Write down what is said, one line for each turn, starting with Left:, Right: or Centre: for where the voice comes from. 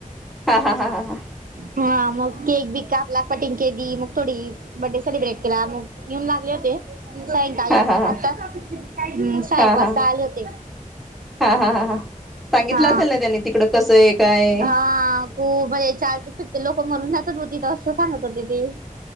Centre: हा हा हा हा हा
Right: हा मग केक बी कापला कटिंग.... दी मग थोडी बर्डे सेलिब्रेट केला मग येऊन लागले होते... सायंकाळी
Centre: हा हा हा
Right: आता हम् सहाएक
Centre: हा हा
Right: वाजता आले होते...
Centre: हा हा हा हा सांगितलं
Right: हा
Centre: असेल ना त्यानी तिकडं कसं आहे काय
Right: हा तू म्हर चार... फिर ते लोक मरून जातत होती तर असं सांगत होते ते...